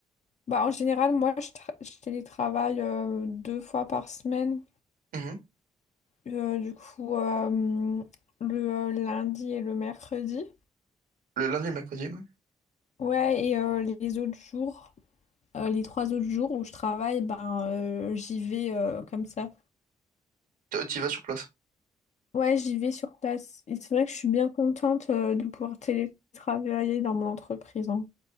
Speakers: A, on the left; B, on the right.
A: Bah, en général, moi, je, tra- je télétravaille euh, deux fois par semaine,
B: mhm.
A: Euh, du coup, euh, le euh, lundi et le mercredi.
B: Le lundi et le mercredi, oui.
A: Ouais, et euh, les autres jours, euh, les trois autres jours où je travaille, ben, euh, j'y vais euh, comme ça.
B: Tu y vas sur place.
A: Ouais, j'y vais sur place. Et c'est vrai que je suis bien contente euh, de pouvoir télétravailler dans mon entreprise. hein.